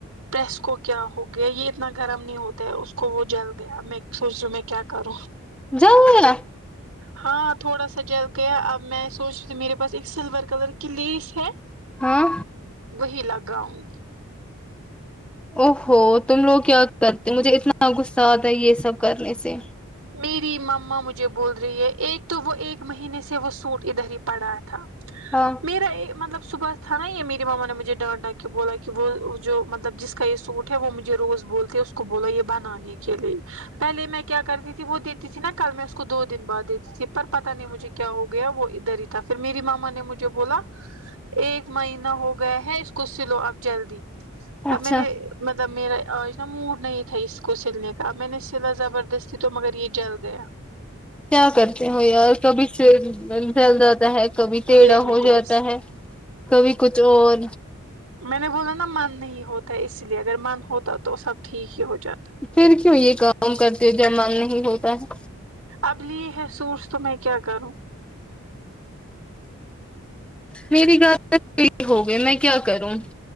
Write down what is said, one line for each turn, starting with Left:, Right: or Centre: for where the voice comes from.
Right: پرس کو کیا ہو گیا یے اتنا گرم نہیں ہوتا ہے اس کو وہ جل گیا میں سوچ رہی ہوں میں کیا کروں
Centre: جل گیا
Right: ہاں تھوڑا سا جل گیا اب میں سوچ رہی تھی میرے پس ایک سلور کلر کی لیس ہے
Centre: ہاں
Right: وہی لگاؤ نگی
Centre: او ہو تم لوگ کیا کرتے مجھے اتنا غصہ آتا ہے یے سب کرنے سے
Right: میری مما مجھے بول رہی ہے ایک تو وہ ایک مہینے سے وہ سوٹ ادھر ہی پڑا تھا
Centre: ہاں
Right: میرا یے مطلب صبح تھا نا یے میری مما نے مجھے ڈانٹا کے بولا کہ وہ جو مطلب جس کا یے سوٹ ہے وہ مجھے روز بولتے اس کو بولا یے بنانے کے لئے پہلے میں کیا دیتی وہ دیتی تھی نا کل میں اس کو دو دن بعد دیتی تھی پر پتہ نہیں مجھے کیا ہو گیا وہ ادھر ہی تھا پھر میری ماما نے مجھے بولا ایک مہینہ ہو گیا ہے اسکو سلو اب جلدی اب
Centre: اچھا
Right: میں نے مطلب میرا آج نا موڈ نہیں تھا اس کو سلنے کا اب میں نے سلا زبردست تھی تو مگر یے جل گیا
Centre: کیا کرتے ہو یار کبھی سوٹ جل جاتا ہے کبھی
Right: تھا
Centre: ٹیڑھا
Right: لیج میں
Centre: ہو
Right: لیس
Centre: جاتا ہے کبھی کچھ اور
Right: میں نے بولا نا من نہیں ہوتا اس لیے اگر من ہوتا تو سب ٹھیک ہی ہو جاتا
Centre: پھر کیوں یے کام کرتے ہو جب من نہیں ہوتا ہے
Right: اب لیے ہے سوٹس تو میں کیا کروں
Centre: میری <unintelligible> ہوگئ میں کیا کروں